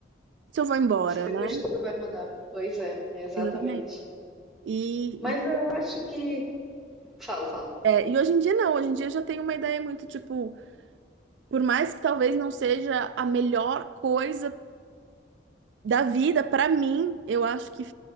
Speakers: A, on the right; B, in the centre.
A: se eu vou embora,
B: Se depois
A: né?
B: tudo vai mudar. Pois é, exatamente.
A: Exatamente. E,
B: Mas
A: e,
B: eu acho que. Fala, fala.
A: é, e hoje em dia não, hoje em dia eu já tenho uma ideia muito, tipo, por mais que talvez não seja a melhor coisa da vida, para mim, eu acho que,